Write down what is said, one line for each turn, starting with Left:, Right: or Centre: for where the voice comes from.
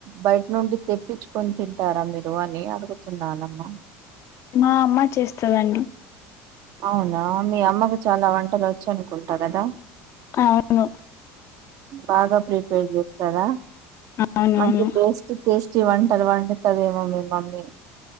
Right: బయట నుండి తెప్ తేప్పించుకొని తింటారా మీరు అని అడుగుతున్నానమ్మా
Left: మా అమ్మ చేస్తదండి
Right: అవునా మీ అమ్మకు చాలా వంటలు వచ్చు అనుకుంటా కదా
Left: అవును
Right: బాగా ప్రిపేర్ చేస్తారా
Left: అవునవును
Right: మంచి టేస్టీ టెస్ట్ వంటలు వంటతుదేమో మీ మమ్మీ